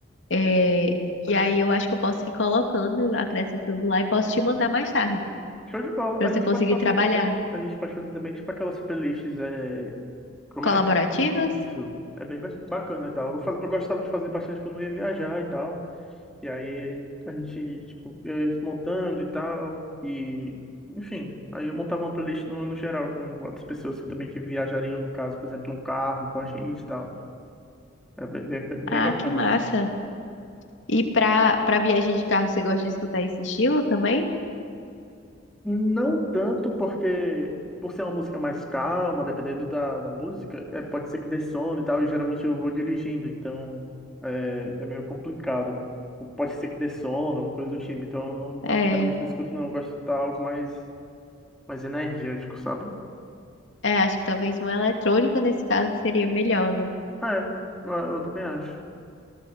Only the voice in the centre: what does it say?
Show de bola.
A
gente
pode fazer
também. A gente pode fazer também, tipo, aquelas playlists. É... Como
é? Isso. É bem ba- bacana e tal. Eu, fa- eu gostava de fazer bastante quando eu ia viajar e tal. E aí a gente, tipo, eu ia montando e tal. E. Enfim, aí eu montava uma playlist no, no geral com outras pessoas que também que viajariam, no caso, por exemplo, num carro com a gente e tal. É bem, bem
bem bacana.
Não tanto porque, por ser uma música mais calma, dependendo da, da música, é, pode ser que dê sono e tal, e geralmente eu vou dirigindo, então é, é meio complicado. Ou Pode ser que dê sono, alguma coisa do tipo, então eu não,
não, geralmente não escuto, não, eu gosto de estar mais, mais energético, sabe?
É, eu eu também acho.